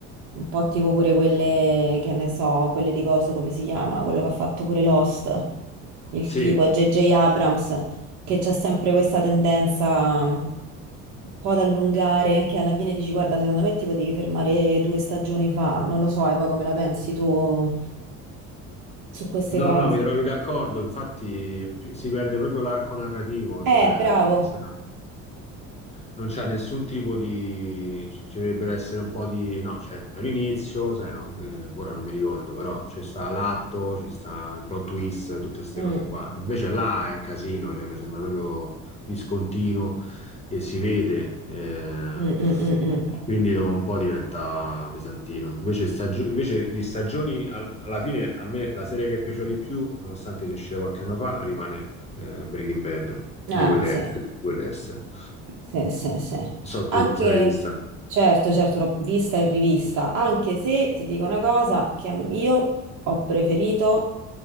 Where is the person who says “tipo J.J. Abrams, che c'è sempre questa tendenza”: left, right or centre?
Right